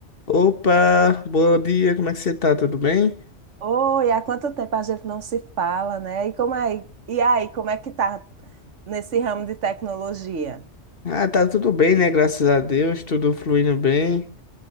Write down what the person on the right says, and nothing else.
Oi, há quanto tempo a gente não se fala, né? E como é, e aí, como é que tá nesse ramo de tecnologia?